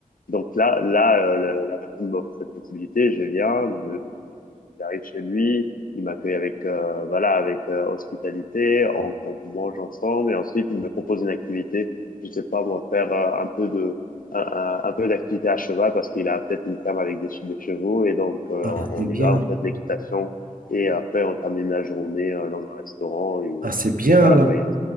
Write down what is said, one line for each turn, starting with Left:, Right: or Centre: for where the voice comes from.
Left: Donc là, là euh, la, la personne m'offre cette possibilité. Je viens, je- j'arrive chez lui, il m'accueille avec, euh, voilà, avec euh, hospitalité, on, on mange ensemble et ensuite il me propose une activité. Je sais pas moi, faire euh, un peu de, un, un- un peu d'activité à cheval parce qu'il a peut-être une ferme avec des, che- des chevaux et donc euh,
Right: Ah,
Left: on
Right: c'est
Left: on
Right: bien.
Left: y va, on fait de l'équitation et après on termine la journée euh, dans un restaurant et,
Right: Ah, c'est bien
Left: et voilà.
Right: là.
Left: quoi. Et on-